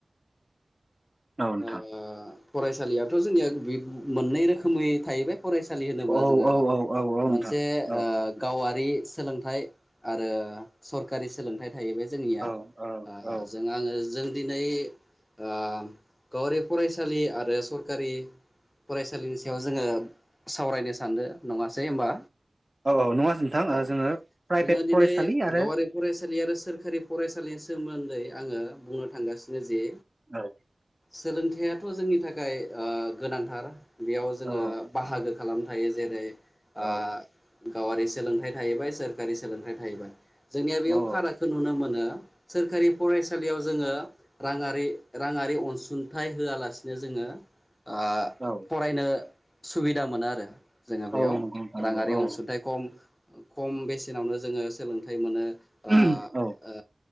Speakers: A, on the right; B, on the left.
A: औ नोंथां
B: ओ फरायसालियाथ' जोंनिया मोननै रोखोमै थाहैबाय फरायसालि होनोबा
A: औ
B: जोङो
A: औ औ औ औ नोंथां
B: मोनसे
A: औ
B: ओ गावा थि सोलोंथाइ आरो सकारि सोलोंथाइ थायो बे जोंनिया
A: औ
B: ओ
A: औ
B: जों आङो जों दिनै ओ गावारि फरायसालि आरो सरखारि फरायसालिनि सायाव जोङो सावरायनो सानदों नङासै होमबा?
A: औ औ नङा नोंथां
B: अ
A: जोङो प्राइभेट
B: जोङो दिनै
A: फरायसालि आरो
B: गावारि फराइ यसालि आरो सोरखारि फरायसालिनि सोमोन्दै आङो बुंनो थांगासिनो जे
A: औ
B: सोलोंथाइयाथ' जोंनि थाखाय ओ गोनांथार बेयाव जोङो
A: औ
B: बाहागो खालाम थायो जेरै- ओ
A: औ
B: गावारि सोलोंथाइ थाहैबाय सोरखारि सोलोंथाइ थाहैबाय जोंनिया बेयाव
A: औ
B: फारागखौ नुनो मोनो सोरखारि फरायसालियाव जोङो रांङारि रांआरि अन सुंथाइ होआलासिनो जोङो ओ
A: औ
B: फरायनो सुबिदा मोनो आरो जोङो बेयाव
A: औ नंगौ नोंथां नंगौ
B: राङारि
A: औ
B: अनसुंथाइ खम खम बेसेनावनो जोङो सोलोंथाइ मोनो
A: <unintelligible>
B: ओ
A: औ
B: ओ